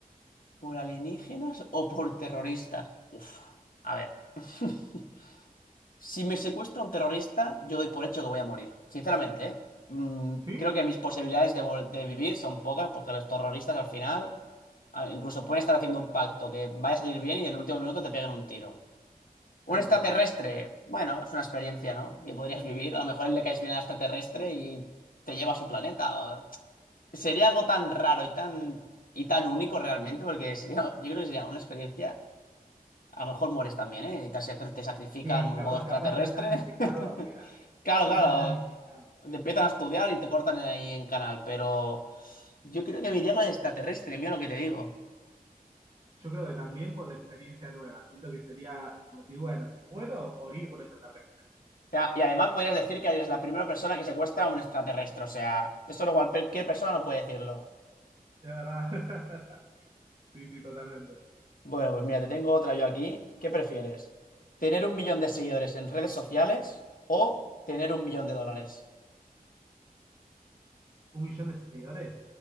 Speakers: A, on the left (about 65°); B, on the right (about 30°).
A: ¿Por alienígenas o por terroristas? Uf, a ver. <laughs> Si me secuestra un terrorista, yo doy por hecho que voy a morir. Sinceramente, ¿eh? Mm,
B: ¿Sí?
A: creo que mis posibilidades de, vol- de vivir son pocas porque los terroristas al final ah, incluso pueden estar haciendo un pacto que vaya a salir bien y en el último minuto te peguen un tiro. Un
B: Es
A: extraterrestre,
B: verdad.
A: bueno, es una experiencia, ¿no? Que podrías vivir. A lo mejor le caes bien al extraterrestre y te lleva a su planeta. Sería algo tan raro y tan, y tan único realmente, porque sería, yo creo que sería una experiencia. A lo mejor mueres también, ¿eh? Y te, sac- te sacrifican
B: Sí,
A: en modo
B: capaz,
A: extraterrestre.
B: capaz terminás disecado
A: <laughs>
B: apenas.
A: Claro,
B: Capaz
A: claro.
B: terminás disecado.
A: Te empiezan a estudiar y te cortan ahí en canal, pero yo creo que me iría con el extraterrestre, mira lo que te digo. O
B: Yo creo que también por la experiencia nueva. Siento que sería como decir, bueno, si muero, morir por extraterrestre.
A: sea, Y además podrías decir que eres la primera persona que secuestra a un extraterrestre, o sea, eso lo cual cualquier persona no puede decirlo.
B: De verdad. <laughs> Sí, sí, totalmente.
A: Bueno, pues mira, te tengo otra yo aquí. ¿Qué prefieres? ¿Tener un millón de seguidores en redes sociales o tener un millón de dólares?
B: ¿Un millón de seguidores?